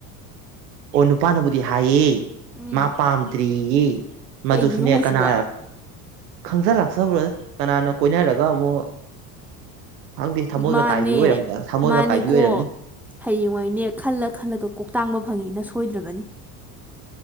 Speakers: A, on the right (about 80°); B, in the centre.
A: ꯑꯣ ꯅꯨꯄꯥꯅꯕꯨꯗꯤ ꯍꯥꯏꯌꯦ
B: ꯎꯝ
A: ꯃꯥ ꯄꯥꯝꯗ꯭ꯔꯤꯌꯦ ꯃꯗꯨꯁꯨꯅꯦ
B: ꯀꯩꯒꯤꯅꯣ ꯍꯥꯏꯁꯤꯕꯣ
A: ꯀꯅꯥ ꯈꯪꯖ ꯂꯥꯛꯆꯕꯔꯣꯗ ꯀꯅꯥꯅ ꯀꯣꯏꯅꯔꯒ ꯑꯃꯨꯛ ꯈꯪꯗꯦ ꯊꯃꯣꯏꯒ
B: ꯃꯥꯅꯦ
A: ꯀꯥꯏꯕꯤ ꯑꯣꯏꯔꯝ ꯊꯃꯣꯏꯒ
B: ꯃꯥꯅꯤꯀꯣ
A: ꯀꯥꯏꯕꯤ ꯑꯣꯏꯔꯝꯅꯤ
B: ꯍꯌꯦꯡꯋꯥꯏꯅꯦ ꯈꯜꯂ ꯈꯜꯂꯒ ꯀꯣꯛꯇꯥꯡꯕ ꯐꯪꯉꯦꯅ ꯁꯣꯏꯗ꯭ꯔꯕꯅꯤ